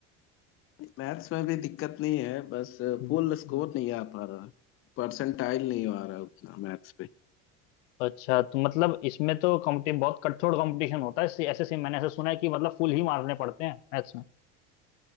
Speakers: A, on the left; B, on the left.
A: मैथ्स में भी दिक्कत नहीं है बस
B: हम्म,
A: फुल स्कोर
B: हम्म।
A: नहीं आ पा रहा परसेंटाइल नहीं आ रहा उतना मैथ्स पे
B: अच्छा तो मतलब इसमें तो कॉम्पिटिशन बहुत कठोर कंपटीशन होता है ऐसे ऐसे से मैंने ऐसा सुना है कि मतलब फुल ही मारने पड़ते हैं मैथ्स में